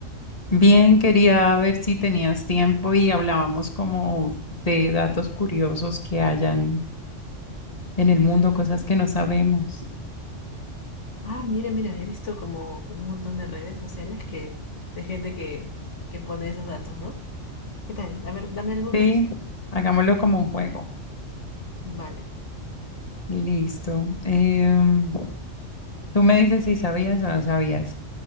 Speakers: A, on the left; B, on the left.
A: Bien, quería ver si tenías tiempo y hablábamos como de datos curiosos que hayan en el mundo, cosas que no sabemos.
B: Ah, mira, mira, he visto como un montón de redes sociales que, de gente que, que pone esos datos, ¿no? ¿Qué tal? A ver, dame algunos.
A: Sí, hagámoslo como un juego.
B: Vale,
A: Listo. Em, tú me dices si sabías o no sabías.